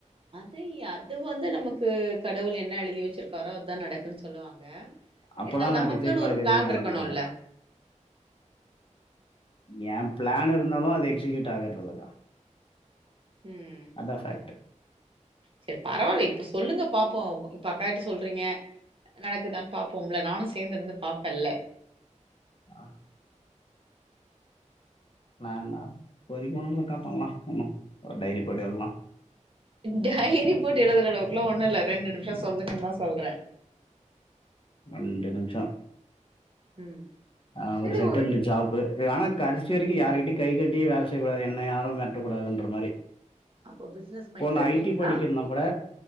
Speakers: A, on the right (about 45°); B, on the left (about 40°).
A: அதுய் அது வந்து நமக்கு கடவுள் என்ன எழுதி வச்சிருக்காரோ அதுதா நடக்கு சொல்லுவாங்க
B: அப்பலாம்
A: ஏதால்
B: நான்
A: நமக்குன்னு
B: டிசைட் பண்ணது
A: ஒரு பிளான்ருக்கணுல்ல
B: எதுவுமே நடந்ததில்ல. ஏ பிளான் இருந்தாலு அது எக்ஸிக்யூட் ஆகறதில்லக்கா
A: ம்
B: அதா ஃபேக்ட்டு
A: சேரி பரவாயில்ல இப்ப சொல்லுங்க பாப்போ இப்ப அக்கா கிட்ட சொல்றீங்க நடக்குதான்னு பாப்போம்ல நானு சேந்திருந்து பாப்பேல்ல
B: ஆ பிளான்னா இப்போதிக்கு ஒண்ணு இல்லக்கா பண்லா பண்லா ஒரு டைரி போட்டு எழுதலா
A: டைரி போட்டு எழுதுற அளவுக்குலா ஒண்ணு இல்ல ரெண்டு நிமிஷோ சொல்லுங்கன்னு தா சொல்ற
B: ரெண்டு நிம்ஷோ
A: ம்
B: ஆ
A: செரி
B: ஒரு சென்டன்ல
A: நிமிஷோ
B: ஜாபு ஆனா கடைச வரைக்கு யாருகிட்டையு கை கட்டியே வேல செய்யக்கூடாது என்ன யாரும் மெரட்டக்கூடாதுன்ற மாரி
A: அப்போ பிசினஸ்
B: இப்போ
A: மைண்ட்ல
B: நா
A: இருக்கீங்களா
B: ஐ டி படிக்கிறனா கூட